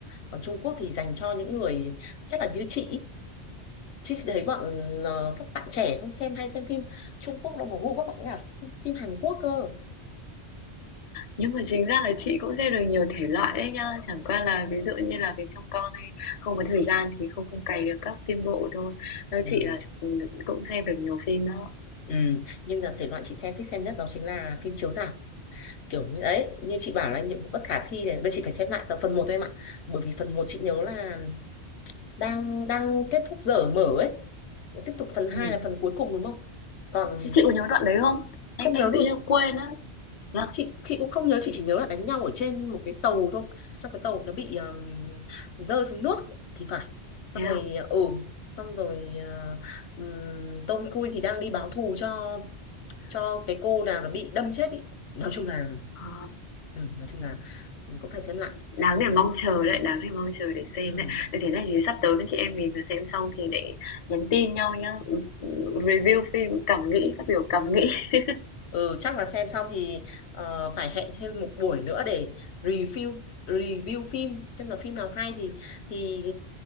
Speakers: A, on the left (about 75°); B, on the left (about 45°).
A: còn Trung Quốc thì dành cho những người chắc là như chị ý. chứ chị thấy bọn ờ, các bạn trẻ không xem hay xem phim Trung Quốc đâu mà gu các bạn ấy là phim Hàn Quốc cơ
B: Nhưng mà chính ra là chị cũng xem được nhiều thể loại đấy nhá. Chẳng qua là ví dụ như là về trong con hay không có thời gian thì không không cày được các phim bộ thôi. Nói
A: ừ.
B: chị là ừ, cũng xem được nhiều phim đó.
A: ừ nhưng là thể loại chị xem thích xem nhất đó chính là phim chiếu rạp kiểu như đấy như chị bảo là nhiệm vụ bất khả thi này bây giờ chị phải xem lại tập phần một thôi em ạ bởi vì phần một chị nhớ là đang đang kết thúc giờ mở ấy tiếp tục phần hai
B: Ừ.
A: là phần cuối cùng đúng không còn
B: Thế chị có nhớ đoạn đấy không? Em
A: không
B: em
A: nhớ luôn
B: tự nhiên quên á. Thế à?
A: chị chị cũng không nhớ chị chỉ nhớ là đánh nhau ở trên một cái tàu thôi xong cái tàu nó bị um, rơi xuống nước thì phải xong
B: Thế
A: rồi
B: à?
A: ừ xong rồi ờ, ừm, Tom Cruise thì đang đi báo thù cho cho cái cô nào nó bị đâm chết ý nói chung là
B: Ờ,
A: ừ, nói chung là cũng phải xem lại
B: đáng để mong chờ đấy, đáng để mong chờ để xem
A: ừ.
B: đấy. Thế thế này thì sắp tới với chị em mình vừa xem xong thì để nhắn tin nhau nhá. Review phim cảm nghĩ, phát biểu cảm nghĩ. <laughs>
A: Ừ, chắc là xem xong thì ờ, phải hẹn thêm một buổi nữa để review review phim xem là phim nào hay thì thì